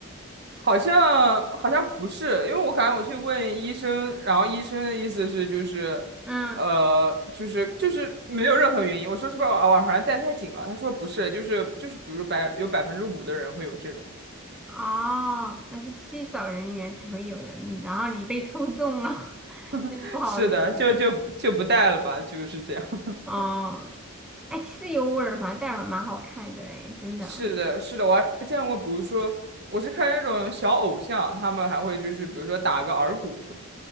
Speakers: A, on the right; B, in the centre.
A: 好像好像不是，因为我感觉我去问医生，
B: 不是。
A: 然后医生的意思是就是，
B: 嗯。
A: 呃，就是就是没有任何原因。我说是不是我耳环戴太紧了？他说不是，就是就是比如说百有百分之五的人会有这种。
B: 哦，那是稀少人员才会有的，你然后你被抽中了，<laughs>
A: <laughs>
B: 真不好意思。
A: 是的，就就就不戴了吧，就是这样。
B: 哦，哎，其实有耳环戴耳蛮好看的，哎，
A: <laughs>
B: 真的。
A: 是的，是的，我还见过，比如说我是看那种小偶像，他们还会就是比如说打个耳骨什么。